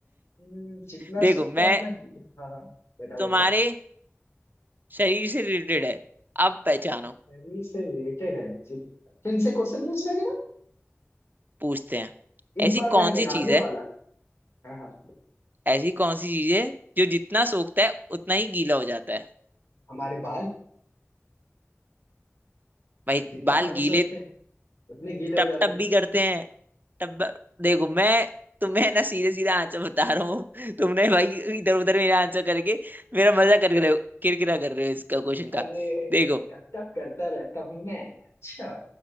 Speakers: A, on the left; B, on the right.
A: हम्म, जितना
B: देखो
A: सूखता
B: मैं
A: है उतना गीला हाँ हाँ बताओ
B: तुम्हारे
A: बताओ
B: शरीर से रिलेटेड है अब पहचानो
A: शरीर से रिलेटेड है जित- फिर से क्वेश्चन पूछना जरा
B: पूछते हैं
A: इस
B: ऐसी
A: बार मैं
B: कौन
A: नहीं
B: सी
A: हारने
B: चीज है
A: वाला हाँ हाँ
B: ऐसी कौन सी चीज है जो जितना सोखता है उतना ही गीला हो जाता है
A: हमारे बाल
B: भाई
A: जितना
B: बाल
A: पानी सोखते
B: गीले
A: हैं उतने गीले हो
B: टप
A: जाते
B: टप
A: हैं
B: भी करते हैं टप देखो मैं तुम्हें ना सीधे सीधा आंसर बता रहा हूँ तुमने भाई इधर उधर मेरा आंसर करके मेरा मजा कर रहे हो किरकिरा कर रहे हो इसका क्वेश्चन का
A: अरे
B: देखो
A: टप टप करता रहता हूँ मैं अच्छा